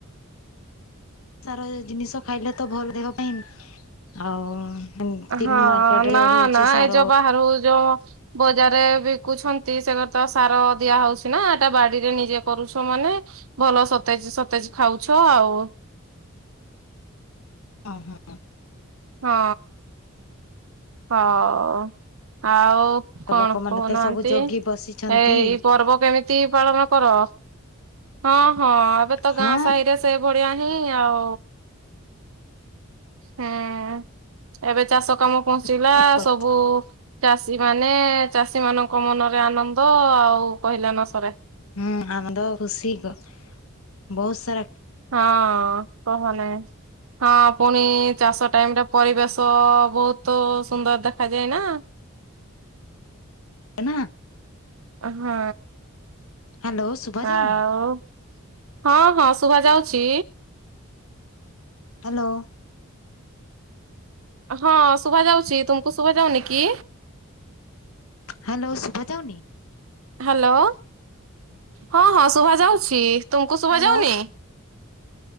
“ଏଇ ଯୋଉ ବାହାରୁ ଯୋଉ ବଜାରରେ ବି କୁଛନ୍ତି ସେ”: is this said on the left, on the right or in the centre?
Right